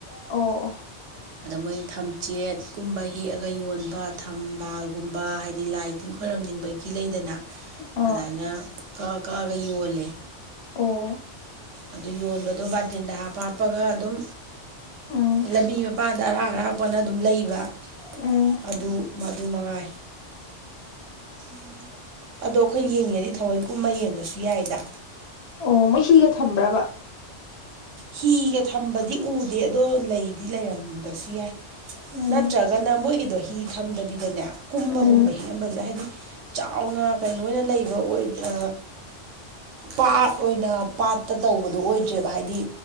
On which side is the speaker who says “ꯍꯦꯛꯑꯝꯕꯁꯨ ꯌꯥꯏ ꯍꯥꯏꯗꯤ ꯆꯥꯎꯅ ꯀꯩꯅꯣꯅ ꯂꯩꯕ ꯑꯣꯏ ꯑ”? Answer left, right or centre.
Right